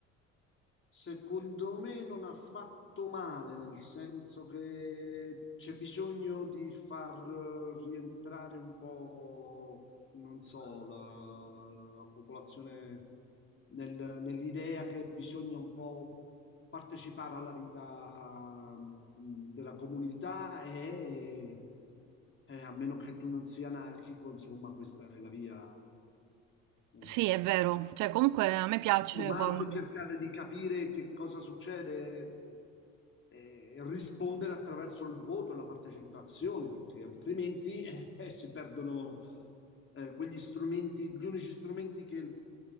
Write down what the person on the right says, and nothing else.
Sì, è vero, cioè comunque a me piace
quando...